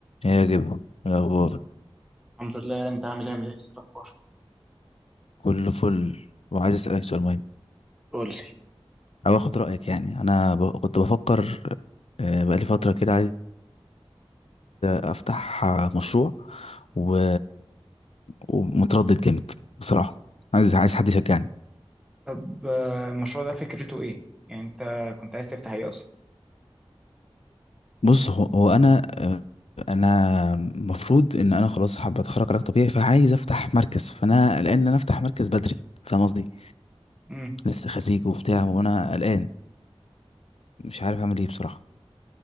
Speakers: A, on the left (about 85°); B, in the centre.
A: يا جب الأخبار
B: الحمد لله انت عامل ايه عامل ايه الاخبار
A: كله فل وعايز أسألك سؤال مهم
B: قول لي
A: أو آخد رأيك يعني أنا ب... كنت بفكر آه، بقالي فترة كده عايز أفتح آه، مشروع و... ومتردد جامد بصراحة عايز عايز حد يشجعني
B: طب آه، المشروع ده فكرته ايه؟ يعني انت كنت عايز تفتح ايه اصلا؟
A: بص هو, هو أنا آه، أنا المفروض إن أنا خلاص حابة أتخرج علاج طبيعي فعايز أفتح مركز فأنا قلقان إن أنا أفتح مركز بدري فاهم قصدي
B: امم
A: لسه خريج وبتاع وأنا قلقان مش عارف أعمل إيه بصراحة